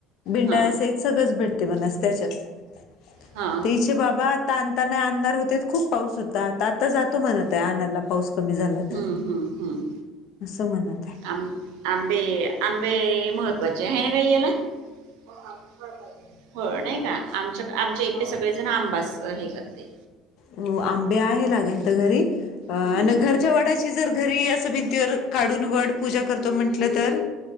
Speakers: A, on the left; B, on the right.
A: बिंडाळसहित
B: हां
A: सगळंच भेटते म्हणायचंच. <unintelligible> ते
B: हां
A: बाबा. आता आणताना आणणार होते खूप पाऊस होता आता आता जातो म्हणत आहे अला पाऊस कमी झाला
B: हम्म
A: तर
B: हम्म हम्म
A: असं म्हणत आहे.
B: आ आंबे आंबे मह बच आहे ना का याला हो नाही का आमच्या. आमच्या
A: <unintelligible>
B: इकडे सगळेजण आंबास हे करते
A: हो आंबे आहे लागणंत घरी अ आणि
B: हम्म
A: घरच्या वडाची जर घरी असं भिंतीवर काढून वड पूजा करतो म्हंटलं तर